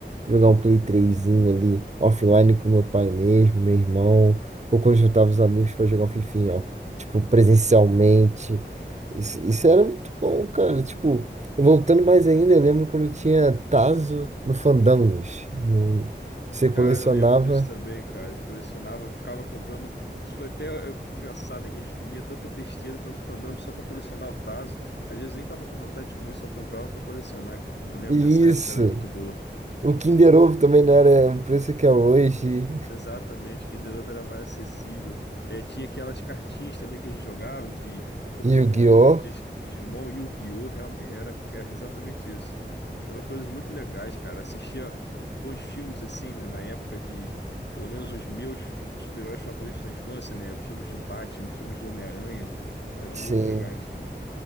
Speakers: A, on the right; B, on the left.
A: Jogar um Play trêsinho ali, offline com meu pai mesmo, meu irmão, ou quando juntava os amigos pra jogar um fifinha, ó, tipo, presencialmente. Isso, isso era muito bom, cara. Tipo, e voltando mais ainda, eu lembro quando tinha Tazo no Fandangos. no- você
B: Cara,
A: colecionava.
B: eu lembro disso também, cara. Eu Colecionava, eu ficava comprando. Isso foi até eh, engraçado, é que a gente comia tanta besteira, tanto fandango só pra colecionar o Tazo. Às vezes nem tava com vontade de comer, só comprava pra colecionar, cara. Eu lembro
A: Isso!
B: dessa época, era muito boa.
A: O Kinder Ovo também não era o preço que é hoje.
B: Exatamente, Kinder Ovo era mais acessível. É, tinha aquelas cartinhas também que a gente jogava de Pokémon,
A: Yu-Gi-Oh!
B: de Digimon, Yu-Gi-Oh! Realmente, era, era exatamente isso. Eram coisas muito legais, cara. Assistia bons filmes assim, né, na época de, pelo menos os meus super-heróis favoritos da infância, né? Filmes do Batman, filmes do Homem-Aranha, eram
A: Sim,
B: muito legais.